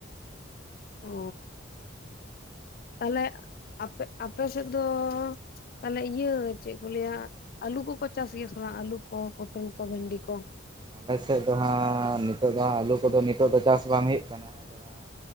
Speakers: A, on the left; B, on the right.
A: ᱚ ᱛᱟᱦᱞᱮ ᱟᱯᱮ ᱟᱯᱮ ᱥᱮᱫ ᱫᱚ ᱛᱟᱦᱚᱞᱮ ᱤᱭᱟᱹ ᱪᱮᱫ ᱠᱚ ᱞᱟᱹᱭᱟ ᱟᱞᱩ ᱠᱚᱠᱚ ᱪᱟᱥ ᱜᱮᱭᱟ ᱥᱮ ᱚᱱᱟ ᱟᱹᱞᱩ ᱠᱚ ᱯᱚᱴᱚᱞ ᱠᱚ ᱵᱷᱮᱱᱰᱤ ᱠᱚ
B: ᱟᱞᱮ ᱥᱮᱫ ᱫᱚ ᱦᱟᱸᱜ ᱱᱤᱛᱚᱜ ᱫᱚ ᱦᱟᱜ ᱟᱹᱞᱩ ᱠᱚᱫᱚ ᱱᱤᱛᱚᱜ ᱫᱚ ᱪᱟᱥ ᱵᱟᱝ ᱦᱩᱭᱩᱜ ᱠᱟᱱᱟ ᱟᱫᱚ ᱦᱟᱸᱜ